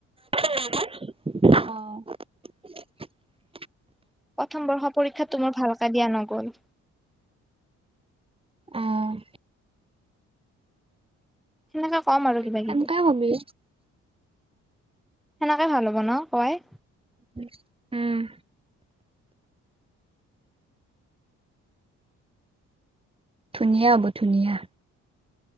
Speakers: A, on the right; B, in the centre.
A: অ। <unintelligible>
B: প্ৰথম বৰ্ষ পৰীক্ষাটো মোৰ ভালকে দিয়া নগল।
A: অঁহ।
B: সেনেকে কম আৰু কিবা
A: সেনকে
B: কিবি।
A: কবি
B: সেনেকে ভাল হ'ব ন কয়।
A: উহ উম। ধুনীয়া হ'ব ধুনীয়া।